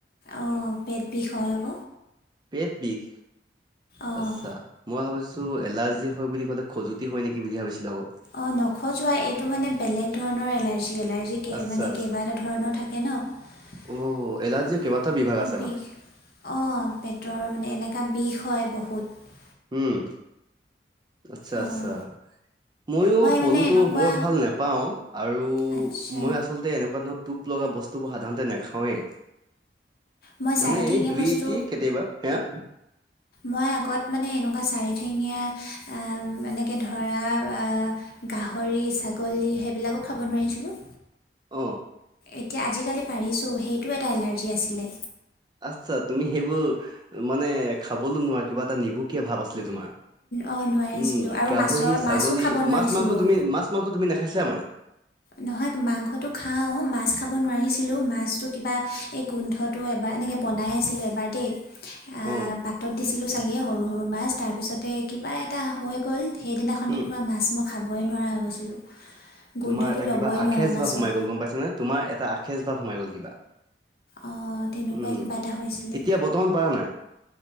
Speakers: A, on the left; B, on the right.
A: অ পেট বিষ হয় আক
B: পেট বিষ
A: অঁ
B: আচ্ছা মই ভাবিছ- ছো এলাৰ্জি হয় বুলি ক'লে খজুৱতি হয় নেকি বুলি ভাবিছিলোঁ আক।
A: অ নখজোৱা এইটো মানে বেলেগ ধৰণৰ এলাৰ্জি। এলাৰ্জি
B: আচ্ছা
A: মানে
B: আচ্ছ-
A: কেইবা এটা ধৰণৰ থাকে ন।
B: অ এলাৰ্জিৰ কেইবাটা বিভাগ আছে
A: বিষ
B: মানে
A: অ পেটৰ মানে এনেক বিষ হয় বহুত
B: উম আচ্ছা
A: অঁ
B: আচ্ছা। মই পলুটো
A: মানে এনেকুৱা
B: বৰ ভাল নেপাওঁ আৰু
A: আচ্ছা
B: মই আচলতে এনেকুৱা ধৰণৰ টোপ লগা বস্তুবোৰ সাধাৰণতে নাখাওঁৱেই
A: মই চাৰিঠেঙীয়া
B: মানে এনে দুই
A: বস্তু
B: এটি কেতিয়াবা। হেয়া
A: মই আগত মানে এনেকুৱা চাৰিঠেঙীয়া এনেকে ধৰা গাহৰি, ছাগলী সেইবিলাকো খাব নোৱাৰিছিলোঁ।
B: অহ
A: এতিয়া আজিকালি পাৰিছোঁ সেইটো এটা এলাৰ্জি আছিলে।
B: আচ্ছা তুমি সেইবোৰ মানে খাবলৈ নোৱা কিবা এটা নিভুকীয়া ভাব আছ- ছিলে তোমাৰ।
A: অঁ নোৱাৰিছিলোঁ
B: উম
A: আৰু
B: গাহৰি,
A: মাছৰ
B: ছাগলী,
A: মাছো খাব নোৱাৰিছিলোঁ
B: মাছ-মাংস তুমি, মাছ-মাংস তুমি খাইছিলা মানে।
A: নহয় মাংসটো খাওঁ মাছ খাব নোৱাৰিছিলো মাছটো কিবা এই গোন্ধটো এবাৰ এনেকৈ বনাই আছিলে এবাৰ দেই। আ
B: অ
A: পাতত দিছিলো চাগে সৰু সৰু মাছ তাৰ পিছতে কিবা এটা হৈ গ'ল- সেইদিনাখনিৰ
B: উম
A: পৰা মাছ মই খাবই নোৱাৰা হৈ গৈছিলোঁ। গোন্ধটো
B: তোমাৰ এটা
A: ল'বই
B: কিবা আখেষ
A: নোৱাৰোঁ মাছৰ
B: বা সোমাই গল গম পাইছ নে তোমাৰ এটা আখেষ বা সোমাই গ'ল কিবা। উম
A: অঁ তেনেকুৱাই কিবা এটা হৈছিলে
B: এতিয়া বৰ্তমান পাৰা নাই?